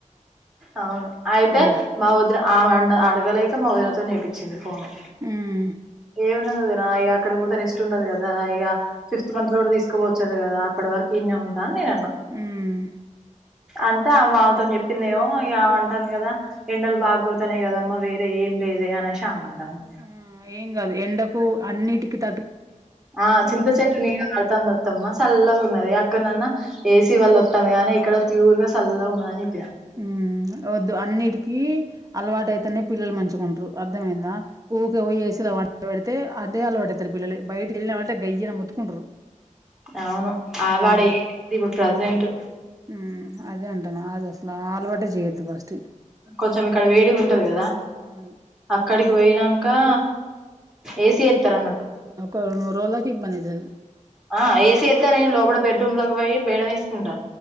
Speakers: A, in the centre; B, on the right.
A: అవును అయితే
B: మ
A: మా వదిన ఆమె అడగలేక మా వదినతోని చేపిచ్చింది ఫోను
B: ఉమ్
A: ఏమున్నది వదిన ఇయ అక్కడ పోతే రెస్ట్ ఉండదు కదా ఇక ఫిఫ్త్ మంత్ లో కూడా తీసుకోపోచ్చాడు కదా అప్పటి వరకు ఈడనే ఉంటా అని నేను
B: ఊమ్
A: అంతా అవ్ అవ్ తోని చెప్పిందేమో ఇగ ఆమంటాంది కదా ఎండలు బాగా కొడతున్నాయి కదమ్మా వేరే ఏం లేదే అనేషి ఆమన్ టాంది
B: ఆ ఏం కాదు ఎండకు అన్నిటికి తట్టు
A: ఆ చింత
B: ఉమ్
A: చెట్టు నీడ పడతాంది అత్తమ్మ సళ్ళగా ఉన్నది గా అక్కడనన్న ఏసీ వల్ల వత్తంది, గానీ ఇక్కడ ప్యూర్ గా సల్లగా ఉన్నద న్ చె.
B: హుమ్ వద్ అన్ని ట్ కి అలవాటు అయితేనే పిల్లలు మంచుకుంటర్ అర్ధమయిందా ఊకే వోయి ఏసీల వన్ పండపెడితే అదే అలవాట్ అయితర్ పిల్లలు, బయట ఎళ్ళినవ్ అంటే గయ్యన్ మొత్తుకుంటారు.
A: అవును ఆవాడ
B: ఉమ్
A: ఏం ఇప్పుడు ప్రజెంట్
B: ఉమ్ అదే అంటున్నా అది అసలు ఆ ఆలవాటే చేయొద్దు ఫస్ట్
A: కొంచం ఇక్కడ వేడి గా ఉంటది కదా,
B: అవును
A: అక్కడికి పోయినా. కా ఏసి ఎత్తర్ అన్నట్
B: ఒక రెండు మూడు రోజులకి ఇబ్బంది అయితది
A: ఆ ఏసీ ఏతే నే లోపల బెడ్రూమ్ లో కి పోయి బేడ మ్ వేసుకుంటా